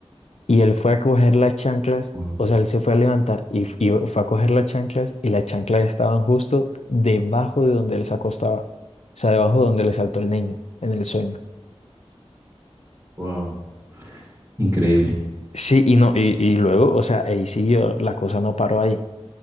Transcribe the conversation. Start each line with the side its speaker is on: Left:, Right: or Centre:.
Left: Y él fue a coger las chanclas,
Right: Wow,
Left: o sea, él se fue a levantar y, f- y fue a coger las chanclas y las chanclas estaban justo debajo de donde él se acostaba, o sea, debajo de donde le saltó el niño en el sueño.
Right: wow. Increíble.
Left: Sí, y no, y, y luego, o sea, ahí siguió, la cosa no paró ahí.